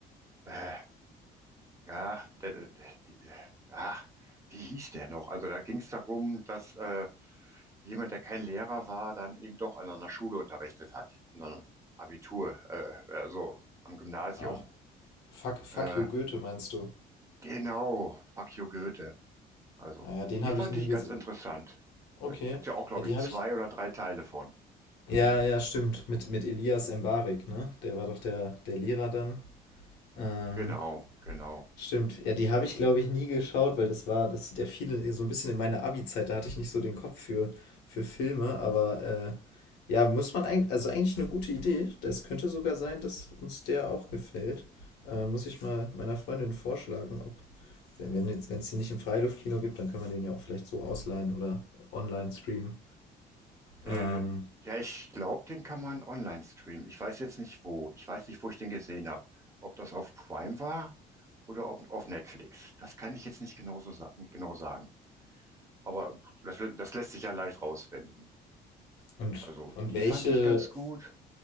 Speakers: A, on the right; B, on the left.
A: äh, Ja, der, der, die- ah, wie hieß der noch? Also da ging es darum, dass äh, jemand, der kein Lehrer war, dann eben doch an einer Schule unterrichtet hat, an so einem Abitur, äh, äh, so am Gymnasium.
B: Ah, fuck, fuck
A: Äh,
B: you Goethe, meinst du?
A: genau, Akio Goethe. Also
B: Naja, den
A: die
B: habe
A: fand
B: ich nie
A: ich
B: gesehen.
A: ganz interessant.
B: Okay.
A: Da gibt ja auch, glaube
B: Ja, die
A: ich,
B: habe
A: zwei
B: ich.
A: oder drei Teile von.
B: Ja, ja, stimmt.
A: Also
B: Mit, mit Elias Mbarek, ne? Der war doch der, der Lehrer dann. Ähm,
A: genau, genau.
B: stimmt. Ja, die habe ich, glaube ich, nie geschaut, weil das war, das, der fiel so ein bisschen in meine Abi-Zeit. Da hatte ich nicht so den Kopf für, für Filme, aber äh, ja, muss man eigentlich, also eigentlich eine gute Idee. Das könnte sogar sein, dass uns der auch gefällt. Äh, muss ich mal meiner Freundin vorschlagen, ob, wenn jetzt, wenn es die nicht im Freiluftkino gibt, dann kann man den ja auch vielleicht so ausleihen oder online streamen.
A: Äh,
B: Ähm,
A: ja, ich glaube, den kann man online streamen. Ich weiß jetzt nicht wo. Ich weiß nicht, wo ich den gesehen habe. Ob das auf Prime war? oder ob auf Netflix. Das kann ich jetzt nicht genau so sa genau sagen. Aber das, das lässt sich ja leicht rausfinden.
B: und,
A: Also
B: und
A: die
B: welche,
A: fand ich ganz gut.